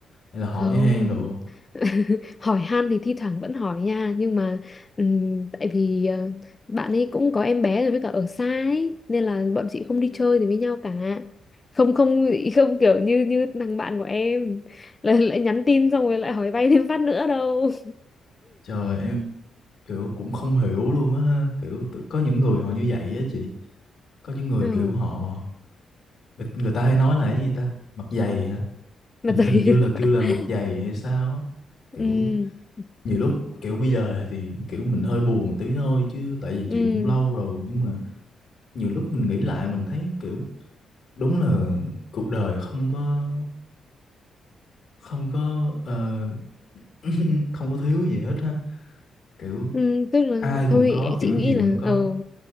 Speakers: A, on the left (about 60°); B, on the left (about 35°).
A: hay là hỏi
B: không
A: han đồ
B: <laughs> hỏi han thì thi thoảng vẫn hỏi nha nhưng mà ừ, tại vì ờ, bạn ấy cũng có em bé rồi với cả ở xa ấy nên là bọn chị không đi chơi thì với nhau cả không không không kiểu như như thằng bạn của em lại, lại nhắn tin xong rồi lại hỏi vay thêm phát nữa đâu
A: trời em kiểu cũng không hiểu luôn á ha kiểu tự- có những người họ như vậy á chị có những người
B: <laughs> ừ,
A: kiểu họ người, người ta hay nói là cái gì ta mặt dày hả
B: mà
A: hình
B: dày
A: hình như
B: <laughs>
A: là kêu là mặt dày hay sao á kiểu
B: ừ
A: nhiều lúc kiểu bây giờ thì kiểu mình hơi buồn tí thôi chứ tại vì
B: ừ
A: chuyện cũng lâu rồi nhưng mà nhiều lúc mình nghĩ lại mình thấy kiểu đúng là cuộc đời không có không có ờ, <laughs> không có thiếu gì hết ha kiểu
B: ừ tức là
A: ai cũng
B: thôi
A: có kiểu
B: chị nghĩ
A: gì
B: là
A: cũng có
B: ờ